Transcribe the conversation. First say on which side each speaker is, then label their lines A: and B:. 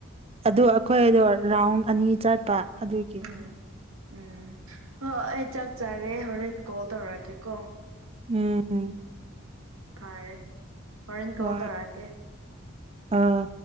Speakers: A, on the right (about 25°); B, on the right (about 80°).
A: ꯑꯗꯨ ꯑꯩꯈꯣꯏꯗꯣ ꯔꯥꯎꯟ ꯑꯅꯤ ꯆꯠꯄ ꯑꯗꯨꯒꯤ
B: ꯎꯝ ꯎꯝ ꯍ ꯍ ꯆꯒꯦ ꯍꯣꯔꯦꯟ ꯀꯣꯜ ꯇꯧꯔꯛꯑꯀꯦ ꯀꯣ
A: ꯎꯝ ꯎꯝ
B: ꯎ ꯐꯔꯦ ꯍꯣꯔꯦꯟ
A: ꯍꯣꯏ
B: ꯀꯣꯜ ꯇꯧꯔꯀꯦ
A: ꯑꯥ